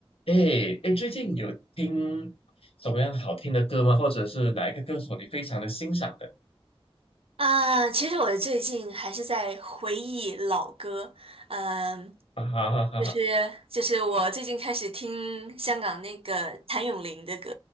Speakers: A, on the left; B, on the right.
A: 哎哎，最近有听什么样好听的歌吗？或者是哪一个歌手你非常的欣赏的？
B: 啊，其实我最近还是在回忆老歌，嗯，
A: 啊哈哈哈哈！
B: 就是就是我最近开始听香港那个谭咏麟的歌，